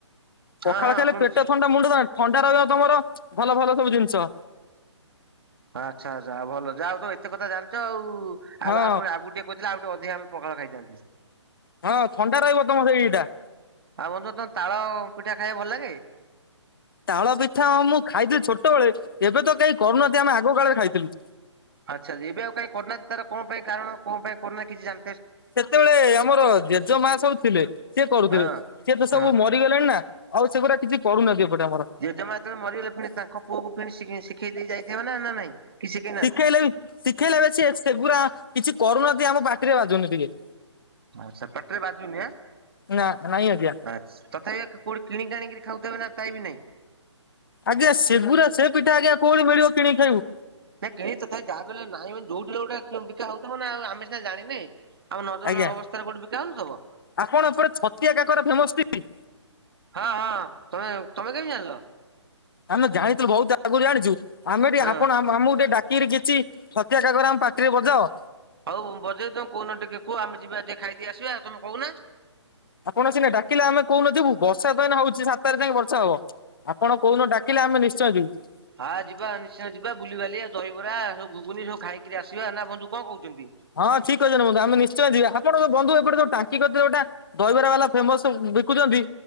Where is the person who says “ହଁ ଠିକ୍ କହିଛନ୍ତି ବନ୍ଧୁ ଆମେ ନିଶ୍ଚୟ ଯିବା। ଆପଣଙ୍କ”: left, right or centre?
Left